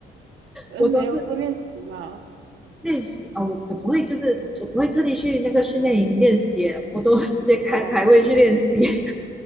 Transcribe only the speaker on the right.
呃没有多练习嘛。
哦，